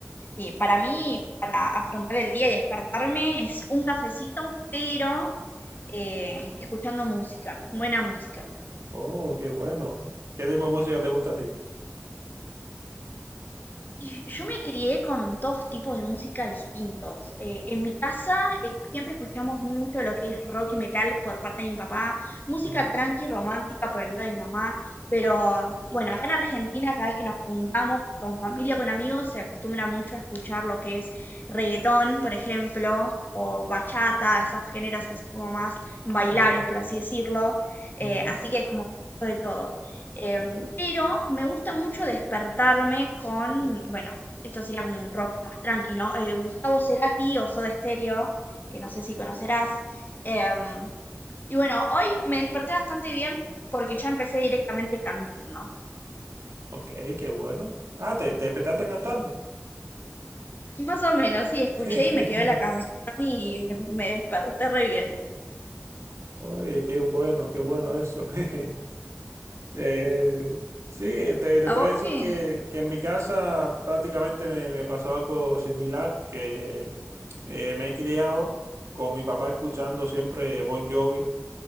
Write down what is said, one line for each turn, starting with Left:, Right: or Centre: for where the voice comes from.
Left: Sí, para mí, para afrontar el día y despertarme, es un cafecito, pero eh, escuchando música, buena música.
Right: Oh, qué bueno. ¿Qué tipo de música te gusta a ti?
Left: Y yo me crié con dos tipos de música distintos. Eh, en mi casa eh, siempre escuchamos mucho lo que es rock y metal por parte de mi papá, música
Right: Ujú,
Left: tranqui romántica por el lado de mi mamá, pero bueno, acá en Argentina cada vez que nos juntamos con familia, con amigos, se acostumbra mucho a escuchar lo que es reggaetón, por ejemplo, o bachata, esos géneros así como más bailables,
Right: mm,
Left: por así decirlo.
Right: ujú.
Left: Eh, así que es como de todo. Em, pero me gusta mucho despertarme con, bueno, esto sería como un rock más tranqui, ¿no? Eh, Gustavo Cerati o Soda Stereo, que no sé si conocerás. Em, y bueno, hoy me desperté bastante bien porque ya empecé directamente cantando.
Right: Ok, qué bueno. Ah, te, te despertaste cantando.
Left: Más o menos, sí, escuché
Right: <laughs>
Left: y me quedó la canción y me desperté re bien.
Right: Oye, qué bueno, qué bueno eso. <laughs> Eh, sí, te, te podría
Left: ¿A vos
Right: decir
Left: qué?
Right: que, que en mi casa prácticamente me, me pasó algo similar, que eh, me he criado con mi papá escuchando siempre Bon Jovi